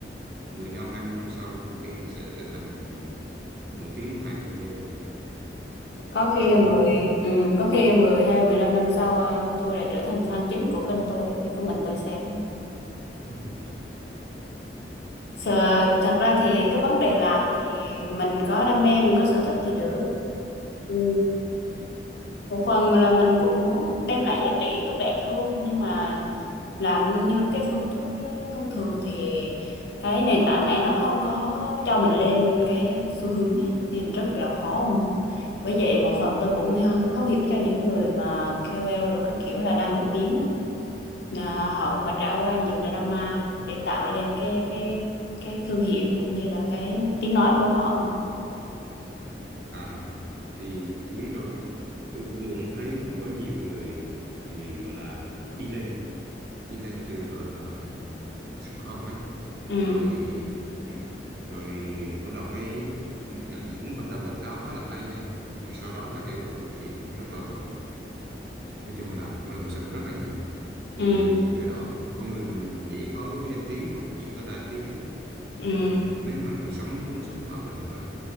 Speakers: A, on the right; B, on the left.
A: 10 năm 20 năm sau nhiều khi mình sẽ trở thành nổi tiếng một hai video gì nữa
B: có khi
A: xui
B: mười
A: lắm á.
B: ừ, có khi mười hay mười lăm năm sau à, tôi lại trở thành fan chính của kênh tôi bởi vì có mình tôi xem
A: <laughs>
B: Sợ, thật ra thì cái vấn đề làm thì mình có đam mê mình có sở thích thì được Ừ, một phần mà là mình cũng muốn đem lại giá trị tốt đẹp thôi nhưng mà làm như cái phương thức thông thường thì cái nền tảng này nó không có cho mình lên cái xu hướng ấy nên rất là khó luôn đó bởi vậy một phần tôi cũng ha, thấu hiểu cho những người mà KOL rồi các kiểu là đang nổi tiếng á là họ cũng phải trải qua nhiều drama để tạo lên cái cái cái thương hiệu cũng như là cái tiếng nói của họ không nè
A: à thì tôi biết rồi tôi tôi cũng thấy cũng có nhiều người thì gọi là đi lên. đi lên từ gọi là số không ấy
B: ừ
A: rồi ừm, rồi bắt đầu cái nhận những hợp đồng quảng cáo khá là hay này nhưng mà sau đó là kêu gọi từ thiện rất là vợ nói chung là cũng lầm xùm rất là nhiều thì
B: ừ
A: ở đó thì con người mình dễ có danh tiếng mà cũng dễ có tai tiếng ấy.
B: ừ
A: Ừ, nếu mà mình sống muốn sống hòa bình thôi